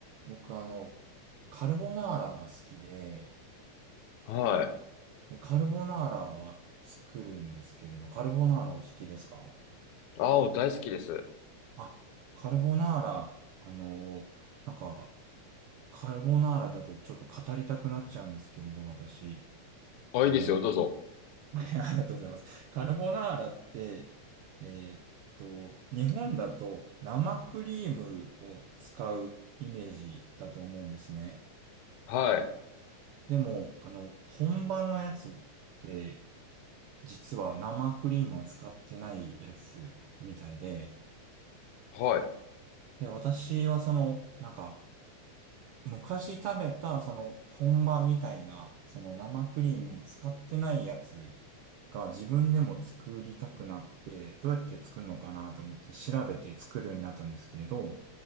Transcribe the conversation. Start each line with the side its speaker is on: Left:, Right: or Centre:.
Right: 僕あの、カルボナーラが好きで、
Left: い。はい。
Right: で、カルボナーラは作るんですけれど、カルボナーラお好きですか
Left: 青大好きです。
Right: あ、カルボナーラ、あのーなんか、カルボナーラだとちょっと語りたくなっちゃうんですけれど、私。
Left: あ、
Right: あのー
Left: いいですよ。どうぞ。
Right: <laughs> ありがとうございます。カルボナーラって、えーっと、日本だと生クリームを使うイメージだと思うんですね。
Left: はい。
Right: でも、あの、本場のやつって、実は生クリームを使ってないやつみたいで、
Left: はい。
Right: で、私はその、なんか、昔食べた、その、本場みたいな、その生クリームを使ってないやつが自分でも作りたくなって、どうやって作るのかなと思って調べて作るようになったんですけれど、